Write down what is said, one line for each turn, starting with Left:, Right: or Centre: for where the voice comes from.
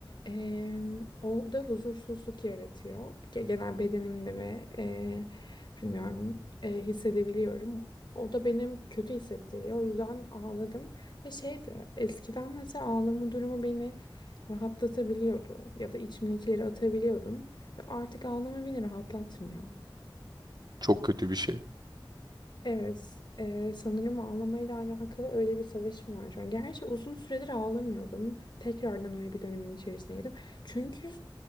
Left: Ee, o da huzursuzluk yaratıyor. Ge- Genel bedenimde ve e, bilmiyorum e, hissedebiliyorum. O da benim kötü hissettiriyor. O yüzden ağladım. Ve şeydi eskiden mesela ağlama durumu beni rahatlatabiliyordu. Ya da içimdekileri atabiliyordum. Ve artık ağlama beni rahatlatmıyor.
Right: Çok kötü bir şey.
Left: Evet, e, sanırım ağlamayla alakalı öyle bir savaşım var şu an. Gerçi uzun süredir ağlamıyordum. Tekrardan öyle bir dönemin içerisine girdim. Çünkü